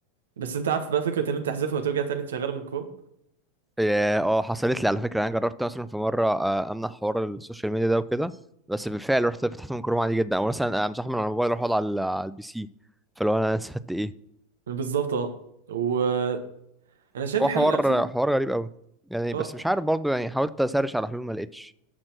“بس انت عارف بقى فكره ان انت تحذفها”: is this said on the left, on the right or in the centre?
Right